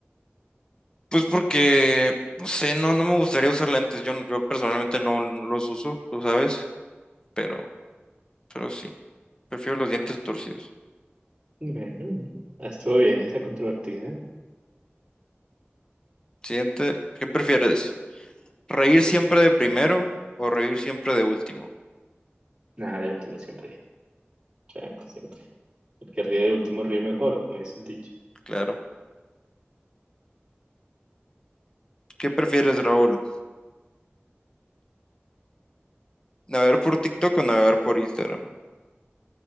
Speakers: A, on the left (about 20°); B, on the right (about 20°).
A: Pues porque, no sé, no, no me gustaría usar lentes. Yo, yo personalmente no, no los uso, tú sabes, pero, pero sí. Prefiero los dientes torcidos.
B: Bueno, estuvo bien esa controvertida.
A: Siguiente, ¿qué prefieres? ¿Reír siempre de primero o reír siempre de último?
B: Nada, de último siempre. Siempre, siempre. El que ríe de último ríe mejor, como dice el dicho.
A: Claro. ¿Qué prefieres, Raúl? ¿Navegar por TikTok o navegar por Instagram?